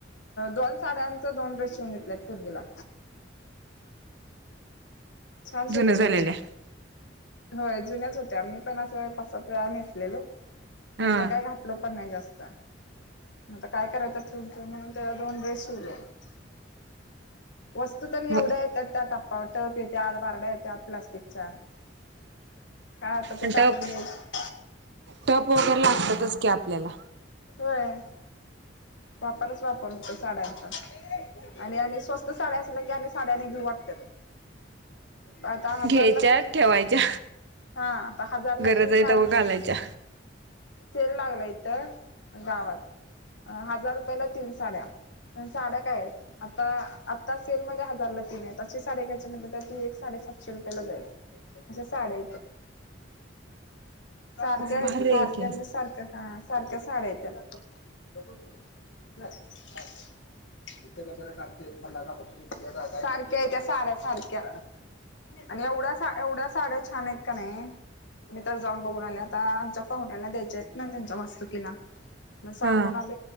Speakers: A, on the left (about 75°); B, on the right (about 65°).
A: दोन साड्यांचा दोन ड्रेस शिवून घेतलेत पूर्वीला. छान शिवल्यात
B: जुन झालेल्या
A: आणि, होय. जुन्याच होत्या मी पण अस पाच सात वेळा नेसलेलो आणि
B: हा
A: त्या काय घातल पण नाही जास्त. आता काय करायचं ठेवून ठेवून म्हणून ते दोन ड्रेस शिवलो. <inaudible> वस्तू तर
B: ब
A: एवढ्या येतात त्या टप्पाटप येत्या बारड्या येत्या प्लास्टिकच्या. <unintelligible> आता ते
B: आणि
A: टाकून
B: टप
A: द्यायचं
B: टप वगैरे लागतातच की आपल्याला.
A: होय वापरच वापर होतो साड्यांचा. आणि आणि स्वस्त साड्या असल्या की आणि साड्याने घेऊ वाटत्यात. आता हजारला
B: घ्यायच्या
A: तीन
B: ठेवायच्या
A: हा आता हजारला
B: गरज
A: तीन
B: आहे
A: सा
B: तवा घालायच्या.
A: सेल लागला इथं, गावात हजार रुपयाला तीन साड्या. साड्या काय आहेत. आता आता सेलमध्येध्ये हजारला तीन आहेत. अशी साड्या घ्यायची म्हणल तर ती एक साड्या सातशे रुपयाला जाईल, आश्या साड्या सारख्या
B: मग
A: आहेत
B: भारी
A: सारख्या
B: आहे की
A: म्हणजे सारख्या हा सारख्या साड्या येत्यात. <unintelligible> इथे कचरा टाकते. सारख्या आहेत त्या साड्या सारख्या आणि एवढ्या एवढ्या साड्या छान आहेत का नाही. मी तर जाऊन बघून आले आता आमच्या पाहुण्यांना द्यायचे आहेत ना त्यांच्या वास्तुकीला चांगो
B: हा
A: नाल